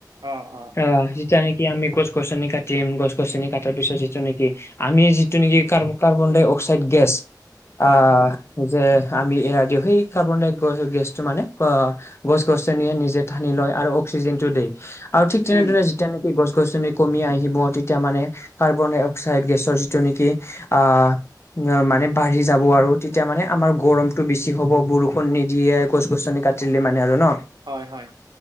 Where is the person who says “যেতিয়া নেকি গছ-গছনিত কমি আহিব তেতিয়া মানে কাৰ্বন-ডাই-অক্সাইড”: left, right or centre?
Left